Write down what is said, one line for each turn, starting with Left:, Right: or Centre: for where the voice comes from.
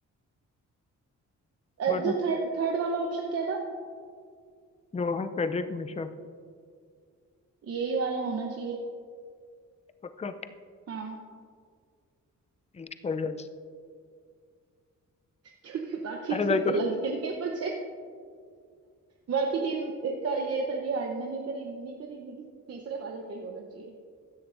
Right: अ,
Left: बोलो
Right: जो थर्ड थर्ड वाला ऑप्शन क्या था
Left: Johann Friedrich Miescher
Right: यही वाला होना चाहिए
Left: पक्का
Right: हाँ
Left: हम्म, सही है
Right: क्योंकि बाकी
Left: अरे
Right: तीन
Left: मेरे को
Right: तो लगे नहीं मुझे बाकी तीन का ये था कि हाँ इनने नहीं करी इनने नहीं करी इनने की तीसरे वाले का ही होना चाहिए